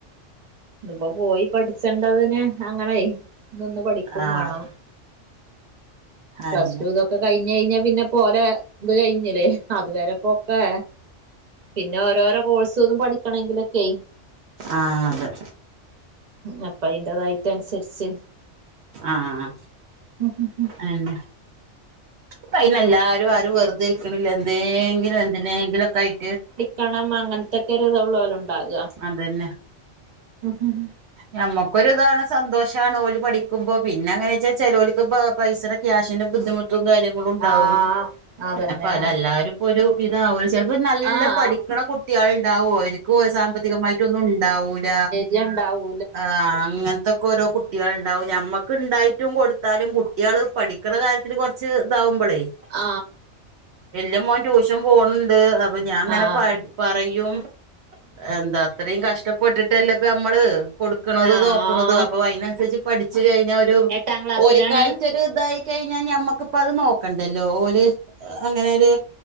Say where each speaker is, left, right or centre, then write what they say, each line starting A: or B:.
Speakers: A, on the right (about 40°); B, on the right (about 65°).
A: ഇപ്പൊ പോയി പഠിച്ചേണ്ടതിന് അങ്ങനായി നിന്ന് പഠിക്ക ക്കും
B: ആഹ്
A: വേണം പ്ലസ്
B: അതന്നെ
A: ടു ഇതൊക്കെ കഴിഞ്ഞ് കഴിഞ്ഞാ പിന്നെ ഓര ഇത് കഴിഞ്ഞില്ലേ അതുവരെപ്പൊക്കെ പിന്നെ ഓരോരോ കോഴ്സ് ഒന്നും പഠിക്കണെങ്കിലൊക്കെയ
B: ആഹ് അതെ.
A: ഉം അപ്പ അതിന്റേതായിട്ട് അനുസരിച്ച്
B: ആഹ്.
A: ഉം ഉം ഉം
B: അതെന്നാ ഇപ്പൊ അയ്ന് എല്ലാരും ആരും വെറുതെ ഇരിക്കണില്ല എന്തെങ്കിലും എന്തിനെങ്കിലൊക്കായിട്ട്
A: കണം അങ്ങനത്തെക്കെ ഒരുതൊള്ളോലുണ്ടാവാ
B: അതന്നെ
A: ഉ ഹു ഹും
B: ഞമ്മക്കൊര്താണ് സന്തോഷാണ് ഓല് പഠിക്കുമ്പോ പിന്നെ അങ്ങനെച്ചാ ചേലോൽക്ക് പ്പ പൈസേടെ ക്യാഷിന്റെ ബുദ്ധിമുട്ടും കാര്യ ക്കുളു ണ്ടാവും
A: ആഹ് അതന്നെയാണ്
B: പിന്ന അപ്പല എല്ലാരും ഇപ്പൊരു വിധാവൂല ചെൽപ്പം നല്ല
A: ആഹ്
B: പഠിക്കണ കു കുട്ട്യാളൊണ്ടാവു അവര്ക്കും സാമ്പത്തികമായിട്ടൊന്നുണ്ടാവൂല
A: ജ്ണ്ടാവു
B: ആ അങ്ങൻത്തൊക്കൊരോ കുട്ട് ട്ട്യാളുണ്ടാവും ഞമ്മക്ക് ണ്ടായിട്ടും കൊടുത്താലും കുട്ട്യേൾ പഠിക്ക്‌ണ കാര്യത്തില് കൊറച്ച് ഇതാവുമ്പളേയ്
A: ആ
B: വല്യമോൻ ട്യൂഷൻ പോണുണ്ട് അപ് പ്പ ഞാൻ അങ്ങനെ
A: ആഹ്
B: പ പറയും എന്താ അത്രയും കഷ്ടപ്പെട്ടിട്ടല്ലേ പ്പഞമ് മ്മള് കൊടുക്കണതു
A: ആഹ്
B: ദോക്ക്‌ണതു അപ്പൊ അയ്നൻസര്ച്ച് പഠിച്ചുകഴിഞ്ഞാ ഒരു
A: എട്ടാം ക്ലാസ്സിലാണ്
B: ഓലിക്കായിട്ടൊരുതായി കഴിഞ്ഞാ ഞമ്മക്കിപ്പത് നോക്കണ്ടല്ലോ ഓൽ ര് അങ്ങനെയൊര്